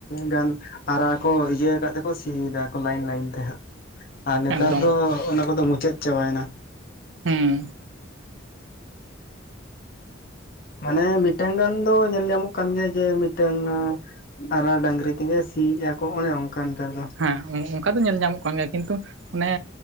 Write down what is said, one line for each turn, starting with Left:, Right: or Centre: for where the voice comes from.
Left: ᱜᱟᱱ ᱟᱨᱟᱲ ᱟᱠᱚ ᱤᱭᱟᱹ ᱟᱠᱟᱫ ᱛᱮᱠᱚ ᱥᱤ ᱫᱟᱠᱚ ᱞᱟᱭᱤᱱ ᱞᱟᱭᱤᱱ ᱛᱮ ᱦᱟᱸᱜ ᱟᱨ ᱱᱮᱛᱟᱨ
Right: ᱮᱠᱫᱚᱢ
Left: ᱫᱚ ᱚᱱᱟ ᱠᱚᱫᱚ ᱢᱩᱪᱟᱹᱫ ᱪᱟᱵᱟᱭ ᱮᱱᱟ
Right: ᱦᱩᱸ
Left: ᱢᱟᱱᱮ ᱢᱤᱫᱴᱟᱝ ᱜᱟᱱ ᱫᱚ ᱧᱮᱞ ᱧᱟᱢᱚᱜ ᱠᱟᱱ ᱜᱮᱭᱟ ᱡᱮ ᱢᱤᱫᱴᱟᱝ ᱟᱨᱟᱜ ᱰᱟᱝᱨᱤ ᱛᱮᱜᱮ ᱥᱤ ᱭᱮᱫᱟ ᱠᱚ ᱚᱱᱮ ᱚᱱᱠᱟ ᱱᱮᱛᱟᱨ ᱫᱚ
Right: ᱦᱮᱸ ᱚᱱᱠᱟ ᱫᱚ ᱧᱮᱞ ᱧᱟᱢᱚᱜ ᱠᱟᱱ ᱜᱮᱭᱟ ᱠᱤᱱᱛᱩ ᱚᱱᱮ